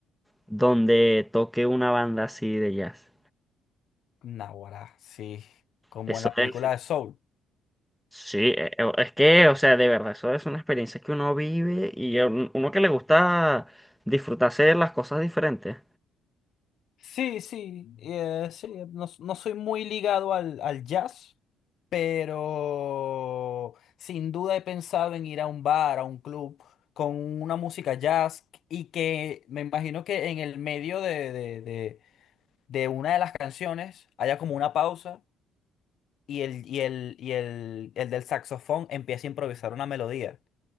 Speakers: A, in the centre; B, on the left.
A: donde toque una banda así de jazz.
B: Naguará, sí, como
A: Eso
B: en la película
A: debe ser-
B: de Soul.
A: Sí, eh, eh, es que, o sea, de verdad, eso es una experiencia que uno vive y a un- uno que le gusta disfrutarse de las cosas diferentes.
B: Sí, sí, eh, sí, no, no soy muy ligado al, al jazz, pero sin duda he pensado en ir a un bar, a un club con una música jazz y que me imagino que en el medio de, de, de- de una de las canciones haya como una pausa y el, y el, y el, el del saxofón empieza a improvisar una melodía.